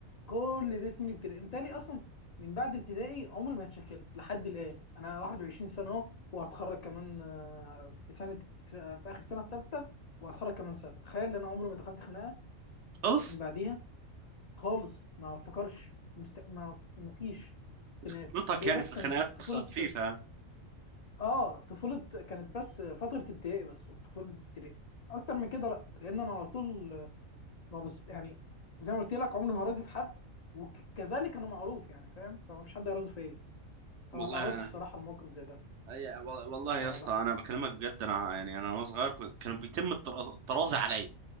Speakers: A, on the left (about 55°); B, on the right (about 65°).
A: كل ده سنين ابتدائي امتالي اصلا من بعد ابتدائي عمري ما اتشكلت لحد الان انا 21 سنه اهو وهتخرج كمان آه، في سنه في في اخر سنه في ثالثه وهتخرج كمان سنه تخيل ان انا عمري ما دخلت خناقه
B: خلاص
A: من بعديها خالص ما افتكرش مست... ما ما فيش خناقات
B: خبرتك
A: هي
B: يعني
A: بس
B: في الخناقات
A: كانت طفوله
B: خفيفه يعني.
A: اه طفوله كانت بس فتره ابتدائي بس طفوله ابتدائي اكتر من كده لا لان انا على طول ما بس يعني زي ما قلت لك عمري ما هرازي في حد وكذلك انا معروف يعني فاهم فمفيش حد هيرازي فيا فما
B: والله
A: تعرضتش
B: انا
A: الصراحه لموقف زي ده
B: أي- وال- والله يا
A: فلا
B: اسطى انا بكلمك بجد انا يعني انا وانا صغير كنت- كانوا بيتم الطراز- الطرازه عليا